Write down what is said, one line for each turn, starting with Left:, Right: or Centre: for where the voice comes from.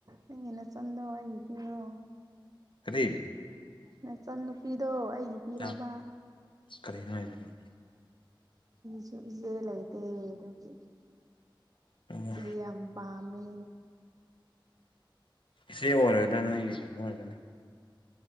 Right: ꯅꯪꯒꯤꯅ ꯆꯟꯗ ꯍꯥꯏꯗꯤ ꯄꯤꯔꯣ
Left: ꯀꯔꯤ
Right: ꯃꯆꯟ ꯅꯨꯄꯤꯗꯣ ꯑꯩꯒꯤ ꯄꯤꯔꯣꯕ
Left: ꯑ ꯀꯔꯤꯅꯣ ꯍꯥꯏꯁꯤꯕꯣ
Right: ꯁꯨ ꯏꯖꯦꯂꯥꯏꯇꯦ ꯑꯗꯨꯗꯤ
Left: ꯑꯣ
Right: ꯁꯤ ꯌꯥꯝ ꯄꯥꯝꯃꯦ
Left: ꯏꯆꯦ ꯑꯣꯏꯔꯒꯗꯥ ꯅꯣꯏꯒꯤ ꯀꯣ ꯑꯣꯏꯔꯒꯅꯤ